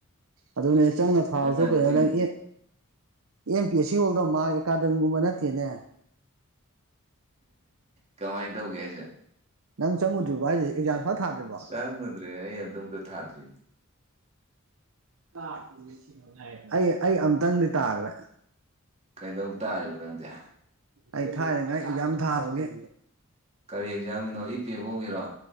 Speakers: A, on the right; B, on the right.
A: ꯑꯗꯨꯅꯦ ꯆꯪꯅ ꯊꯥꯔꯁꯨ
B: ꯗꯦꯠ ꯅꯥꯏꯟꯇꯤꯟ
A: ꯑꯩꯈꯣꯏꯅ ꯅꯪ A M P S C ꯍꯣꯜꯗꯣ ꯃꯥ ꯑꯦꯀꯥꯗꯃꯤꯛꯒꯨꯝꯕ ꯅꯠꯇꯦꯅꯦ
B: ꯀꯃꯥꯏ ꯇꯧꯒꯦꯁꯦ
A: ꯅꯪꯉꯗ꯭ꯔꯤꯕꯣꯁꯦ ꯑꯦꯛꯖꯥꯝ ꯊꯗꯔꯤꯕ
B: ꯆꯪꯉꯨꯗ꯭ꯔꯦ ꯑꯩ ꯑꯗꯨꯝꯇ ꯊꯥꯗ꯭ꯔꯤ
A: <inaudible> ꯑꯩ ꯑꯩ ꯑꯝꯇꯪꯗꯤ ꯇꯥꯈ꯭ꯔꯦ
B: ꯀꯩꯗꯧ ꯇꯥꯔꯤꯕ ꯅꯪꯗꯤꯦ
A: ꯑꯩ ꯊꯥꯏꯔꯤꯉꯥꯏ ꯌꯥꯝ ꯊꯥꯕꯒꯤ
B: ꯀꯔꯤ ꯑꯦꯛꯖꯥꯝꯒꯤꯅꯣ ꯏ ꯄꯤ ꯑꯦꯐ ꯑꯣ ꯑꯣꯏꯒꯤꯔꯣ